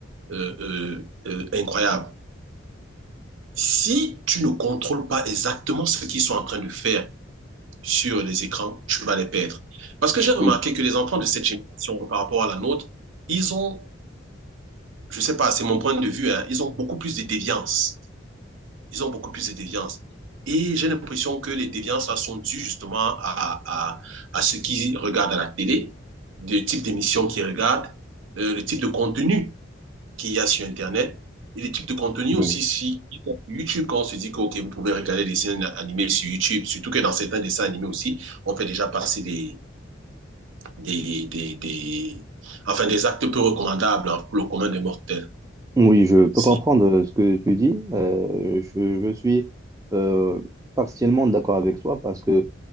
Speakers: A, on the right; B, on the right.
A: euh, euh, euh, incroyable. Si tu ne contrôles pas exactement ce qu'ils sont en train de faire sur les écrans, tu vas les perdre. Parce que j'ai remarqué
B: Oui.
A: que les enfants de cette génération par rapport à la nôtre, ils ont, je sais pas, c'est mon point de vue, hein, ils ont beaucoup plus de déviance. ils ont beaucoup plus de déviances. Et j'ai l'impression que les déviances là, sont dues justement à, à, à ce qu'ils regardent à la télé, le type d'émission qu'ils regardent, euh, le type de contenu qu'il y a sur Internet et le type de contenu
B: Oui,
A: aussi si YouTube, quand on se dit que okay, vous pouvez regarder des dessins animés sur YouTube, surtout que dans certains dessins animés aussi, on fait déjà passer des, des, des, des enfin, des actes peu recommandables hein, pour le commun des mortels.
B: Oui, je peux
A: Si,
B: comprendre euh, ce que tu dis. Euh, je, je suis euh, partiellement d'accord avec toi parce que